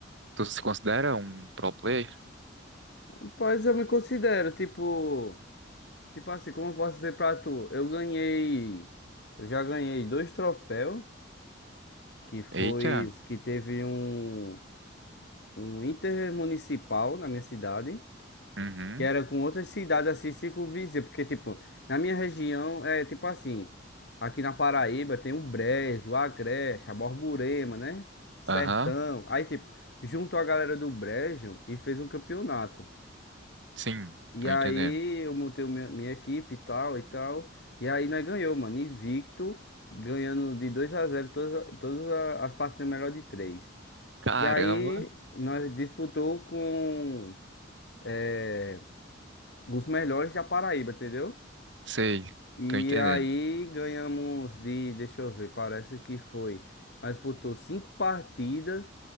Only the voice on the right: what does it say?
tu se considera um pro player?
Eita.
Uhum.
Aham.
Sim,
tô
entendendo.
Caramba.
Sei,
tô entendendo.